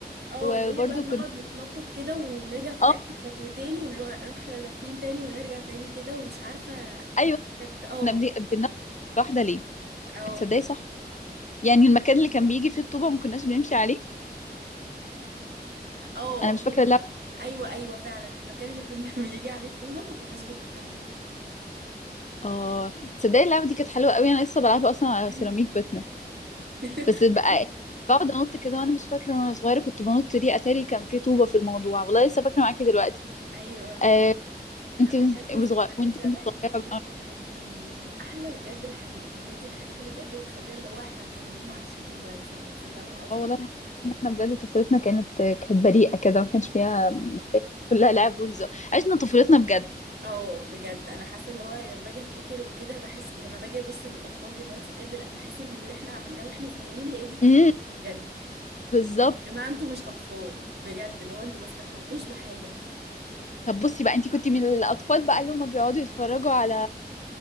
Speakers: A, on the right; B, on the left.
A: اه
B: وبرضو
A: اللي هي بقى بنقعد
B: كنا
A: نتنطط كده ونرجع في
B: اه
A: الاخر خطوتين ونروح لافين تاني ونرجع تاني كده ومش عارفه
B: ايوه
A: كانت اه
B: كنا بن... بناخد واحدة ليه
A: اه
B: تصدقي صح يعني المكان اللي كان بيجي فيه الطوبة ما كناش بنمشي عليه
A: اه
B: انا مش فاكرة
A: ايوه
B: اللعبة
A: ايوه ايوه فعلا المكان اللي كنا <laughs> بيجي عليه الطوبه ما كناش بننط عليه
B: اه تصدقي اللعبة دي كانت حلوة قوي انا لسه بلعبها اصلا على
A: ايوه
B: سيراميك بيتنا
A: <laughs>
B: بس بقى
A: بجد
B: بقعد انط كده وانا مش فاكره ان انا صغيره كنت بنط ليه اتاري كان فيه طوبه في الموضوع والله لسه فاكره معاكي دلوقتي
A: ايوه
B: آه،
A: لا
B: انت
A: بجد ذكريات
B: وصغيره وانت
A: زمان
B: كنت صغيره
A: دي بجد
B: بقى
A: يا ربي من احلى بجد الحاجات وهي دي الحاجات اللي بجد بتخلينا اللي هو احنا مكملين وعايشين دلوقتي يعني انتي فاهمه قصدي
B: اه والله الحمد لله ان احنا بجد طفولتنا كانت كانت بريئه كده ما كانش فيها كلها لعب وهزار عشنا طفولتنا بجد
A: اه بجد انا حاسه اللي هو لما باجي افتكر وكده بحس لما باجي ابص للاطفال دلوقتي بجد لا بحس ان اللي احنا عملناه واحنا صغيرين هي دي الطفوله
B: امم
A: بجد
B: بالظبط
A: يعني يا جماعه انتوا مش اطفال بجد اللي هو انتوا ما استمتعتوش بحاجه
B: طب بصي بقى انت كنت من الاطفال بقى اللي هم بيقعدوا يتفرجوا على